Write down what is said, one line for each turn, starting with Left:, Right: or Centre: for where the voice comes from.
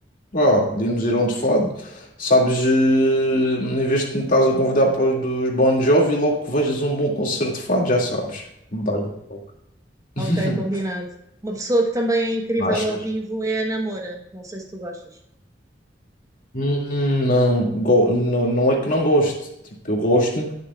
Left: pá, podíamos ir a um de fado. Sabes, eh, em vez de me estás a convidar para os dos Bon Jovi, logo que vejas um bom concerto de fado, já sabes. Dás-me um toque. <laughs>
Right: Ok, combinado. Uma pessoa que também é incrível
Left: Mas,
Right: ao vivo é a Ana Moura. Não sei se tu gostas.
Left: hum, não, go- não, não é que não gosto. Tipo, eu gosto,